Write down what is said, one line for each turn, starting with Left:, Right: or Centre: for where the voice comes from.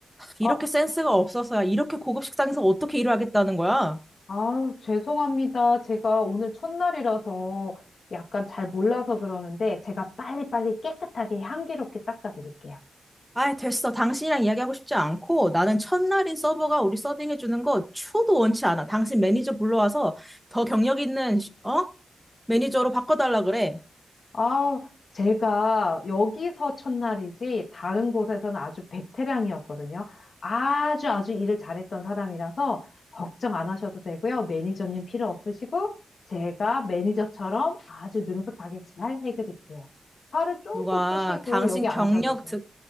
Left: 아,
Centre: 이렇게 센스가 없어서야 이렇게 고급 식당에서 어떻게 일을 하겠다는 거야?
Left: 아, 죄송합니다. 제가 오늘 첫날이라서 약간 잘 몰라서 그러는데 제가 빨리빨리 깨끗하게 향기롭게 닦아드릴게요.
Centre: 아이, 됐어. 당신이랑 이야기하고 싶지 않고 나는 첫날인 서버가 우리 서빙해주는 거 초도 원치 않아. 당신 매니저 불러와서 더 경력 있는, 시- 어? 매니저로 바꿔달라 그래.
Left: 아, 제가 여기서 첫날이지 다른 곳에서는 아주 베테랑이었거든요. 아주 아주 일을 잘했던 사람이라서 걱정 안 하셔도 되고요. 매니저님 필요 없으시고 제가 매니저처럼 아주 능숙하게 잘 해드릴게요. 팔을 조금
Centre: 누가
Left: 푸시고
Centre: 당신
Left: 여기 앉아보세요.
Centre: 경력 듣,